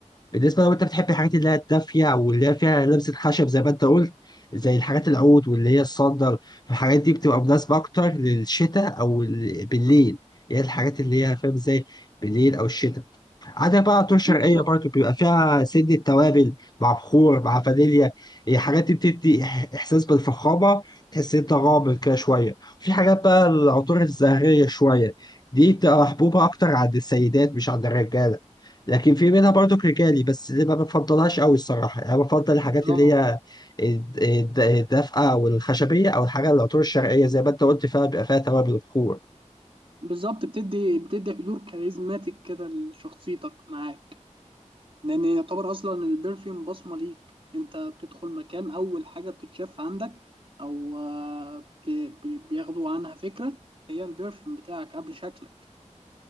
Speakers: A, on the left; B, on the right.
A: بالنسبة لو انت بتحب الحاجات اللي هي الدافية او اللي هي فيها لمسة خشب زي ما انت قلت زي الحاجات العود واللي هي الصندل الحاجات دي بتبقى مناسبة اكتر للشتاء او ال- بالليل يعني الحاجات اللي هي فاهم ازاي بالليل او الشتاء عندك بقى عطور شرقية
B: بالظبط
A: برضو بيبقى فيها سنة توابل مع بخور مع فانيليا إيه، حاجات دي بتدي إح- إحساس بالفخامة تحس إن أنت غامض كده شوية في حاجات بقى العطور الزهرية شوية دي بتبقى محبوبة أكتر عند السيدات مش عند الرجالة لكن في منها برضو رجالي بس اللي ما بفضلهاش قوي الصراحة يعني أنا بفضل الحاجات
B: اه
A: اللي هي الد- الد- الدافئة والخشبية أو الحاجة العطور الشرقية زي ما أنت قلت فيها بيبقى فيها توابل وبخور
B: بالظبط بتدي بتدي حضور كاريزماتيك كده لشخصيتك معاك لان يعتبر اصلا البرفيوم بصمه ليك انت بتدخل مكان اول حاجه بتتشاف عندك او آه، بت... بي- بياخدوا عنها فكره هي البرفيوم بتاعك قبل شكلك